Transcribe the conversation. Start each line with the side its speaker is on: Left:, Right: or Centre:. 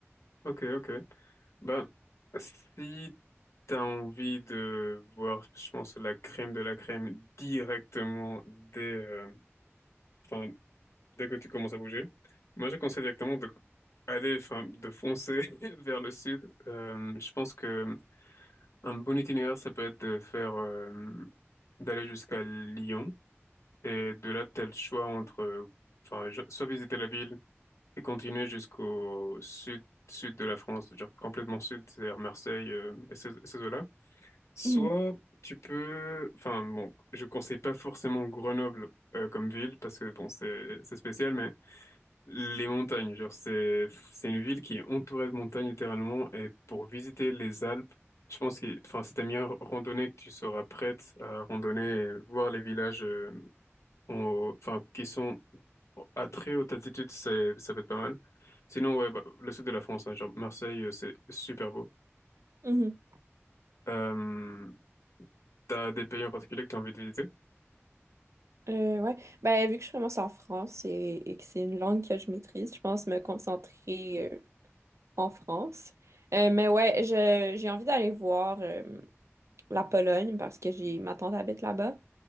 Left: Ok, ok. Bah, si t'as envie de voir, je pense, la crème de la crème directement dès, euh, enfin, dès que tu commences à bouger. Moi, je conseille directement de aller, enfin, de foncer <laughs> vers le sud. Euh, je pense que un bon itinéraire, ça peut être de faire, euh, d'aller jusqu'à Lyon et de là, tel choix entre, euh, enfin, je- soit visiter la ville et continuer jusqu'au sud, sud de la France, genre complètement sud, c'est-à-dire Marseille, euh, et ces, et ces eaux-là. Soit
Right: Mhm.
Left: tu peux, enfin, bon, je conseille pas forcément Grenoble. euh, comme ville parce que bon c'est c'est spécial mais les montagnes, genre c'est c'est une ville qui est entourée de montagnes littéralement et pour visiter les Alpes, je pense que enfin c'est ta meilleure randonnée que tu seras prête à randonner et voir les villages euh, en- enfin qui sont à très haute altitude, c'est ça peut être pas mal. Sinon ouais bah, le sud de la France, hein, genre Marseille euh, c'est super beau.
Right: Mhm.
Left: Euh, T'as des pays en particulier que t'as envie de visiter?
Right: Euh, ouais. Ben, vu que je commence en France et, et que c'est une langue que je maîtrise, je pense me concentrer euh, en France. Euh, mais ouais, je- j'ai envie d'aller voir euh, la Pologne parce que j'ai ma tante habite là-bas.